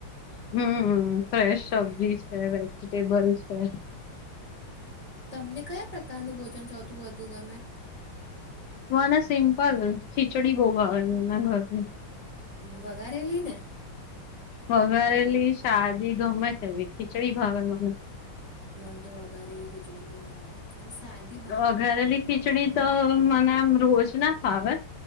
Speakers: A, on the left; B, on the right.
A: હમ ફ્રેશ સબ્જી
B: હમ.
A: છે, વેજીિટેબલ છે.
B: તમને કયા પ્રકારનું ભોજન સૌથી વધું ગમે.?
A: માને સિમ્પલ ખીચડી બહુ ભાવે ઘરની.
B: વઘારેલી ને?
A: વઘારેલી શાદી ગમે તે એવી ખીચડી ભાવે મને-'
B: મંદો વગારેલી ખીચડી બમાં ભાવેન અને સાદી?
A: વઘારેલી ખીચડી તો મને આમ રોજ ના ફાવે-'